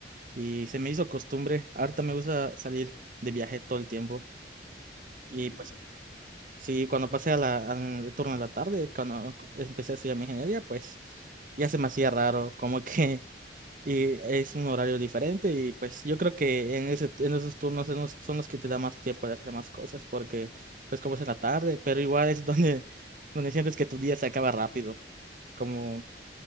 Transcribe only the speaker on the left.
Sí,
sí lo creo.